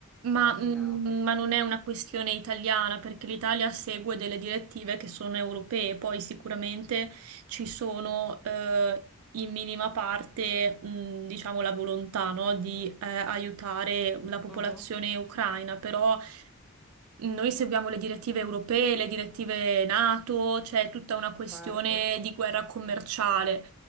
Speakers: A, on the right; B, in the centre.
A: Ma,
B: immaginavo.
A: mm, ma non è una questione italiana perché l'Italia segue delle direttive che sono europee, poi sicuramente ci sono eh, in minima parte, mm, diciamo, la volontà, no, di eh, aiutare la popolazione
B: Mhm.
A: ucraina, però noi seguiamo le direttive europee, le direttive NATO, c'è tutta una questione
B: Certo,
A: di guerra commerciale.